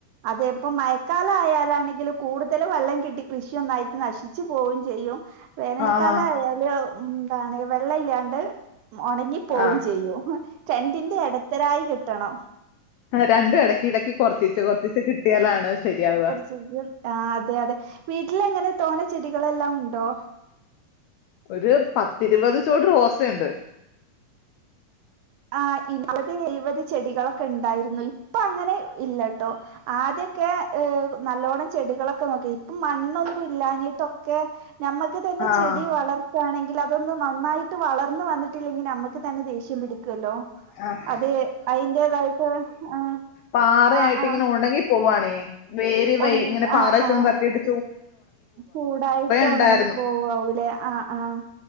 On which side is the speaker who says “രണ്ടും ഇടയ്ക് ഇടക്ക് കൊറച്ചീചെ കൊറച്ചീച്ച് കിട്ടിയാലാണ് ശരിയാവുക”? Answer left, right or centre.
Left